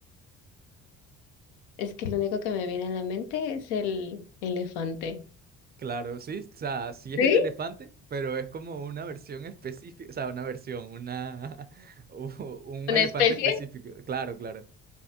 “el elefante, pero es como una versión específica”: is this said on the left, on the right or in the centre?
Right